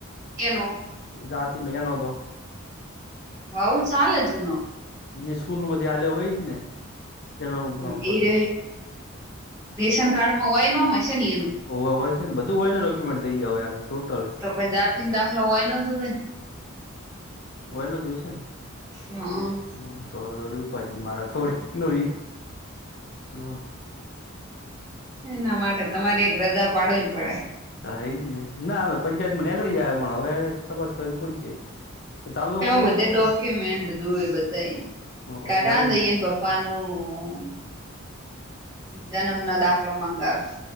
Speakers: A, on the right; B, on the left.
A: કેનો?
B: જાતિનું એનો તો.
A: હવ ચાલે જૂનો.
B: જે સ્કૂલમાં થી અલ્યો હોય એજ ને. જન્મનું પ્રમાણપત્ર
A: હ એ ર
B: હોય
A: રેશન કાર્ડમાં હોય નમ છે ને એનું.
B: ઓ હોય છે ને બધું હોય ડૉક્યુમેન્ટ થઈ જાયને ટોટલી.
A: ત જાતિ ને દાખલા હોય ન દ હોવેને
B: વય ન જોઈશે ને
A: હમ
B: હ તોડી ભાજી મારાા થોડી નવી ગૌન
A: એના માટે તમારે એક રજા પાડવી પડે
B: તો એ જ ને ના હ પંચાયત માં નીકળી જાય પણ હવે તપાસ કરવી પડ છે કે તાલુકા
A: એ
B: પંચાયતમાં
A: બધે
B: જવું
A: ડોક્યુમેન્ટ હત એ બતા
B: હ
A: કાઢા
B: જાતિ
A: દઈને પપ્પા પનું જન્મનો દાખલો મંગાવ